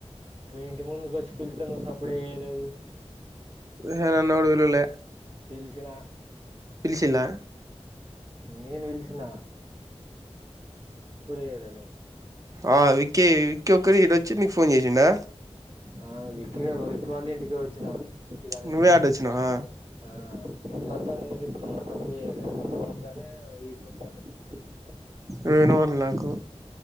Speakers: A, on the right (about 80°); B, on the right (about 30°).
A: మీ ఇంటి ముంగకు వచ్చి పిలిస్తే నువ్వు సప్పుయేయ్యలేదు
B: హే నన్నెవడుపిలువలే
A: పిలిసిన
B: పిలిచిల్లా
A: నేను పిలిసిన చేయలేదు
B: ఆ విక్కి విక్కీ ఒక్కడు ఈడొచ్చి నీకు ఫోన్ చేసిండా
A: ఆ విక్కి గారు విక్కి వాళ్ళ ఇంటికి వచ్చిన ఇంటికాడికి
B: నువ్వే ఆడోచ్చినావా
A: ఆ వత్తత్త నే పిలుసుకొని నేను సప్పుడు చేయలె మల్ల వస్తా అని ఇడికి వచ్చినాక ఫోన్ చేసింది
B: నెన్ వెల్లక్ కు